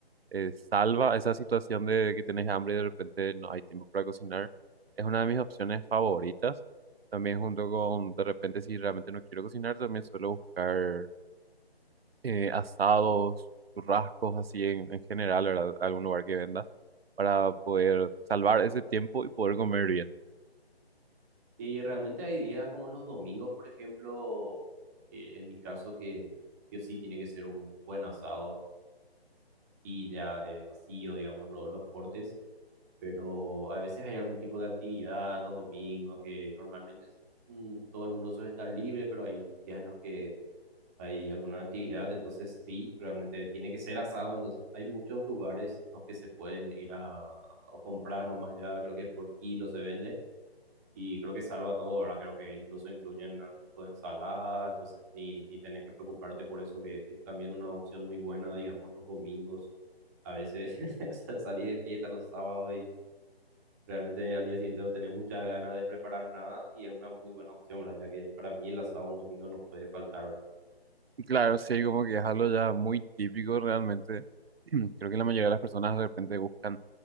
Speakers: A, on the right; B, on the right.
A: eh, salva esa situación de que tienes hambre y de repente no hay tiempo para cocinar. Es una de mis opciones favoritas. También junto con, de repente, si realmente no quiero cocinar, también suelo buscar eh, asados, churrascos, así en, en general, ¿verdad? Algún lugar que venda, para poder salvar ese tiempo y poder comer bien.
B: Y realmente hay días como los domingos, por ejemplo, eh, en mi caso que yo sí tiene que ser un buen asado y ya eh, vacío, digamos, lo- los cortes. Pero a veces hay algún tipo de actividad los domingos que normalmente mm, todo el mundo suele estar libre, pero hay días en los que hay alguna actividad, entonces sí, realmente tiene que ser asado, entonces hay muchos lugares en los que se pueden ir a, a comprar nomás ya, creo que por kilo se vende y creo que salva todo, ¿verdad? Creo que incluso incluyen algún tipo de ensalada, entonces ni, ni tenés que preocuparte por eso, que es también una opción muy buena, digamos, los domingos, a veces <laughs> sa- salís de fiesta los sábados y... Realmente al día siguiente no tenés muchas ganas de preparar nada y es una muy buena opción, ¿verdad? Ya que para mí el asado un domingo no puede faltar, ¿verdad?
A: Y Claro, sí, como que es algo ya muy típico realmente. <clears throat> Creo que la mayoría de las personas de repente buscan,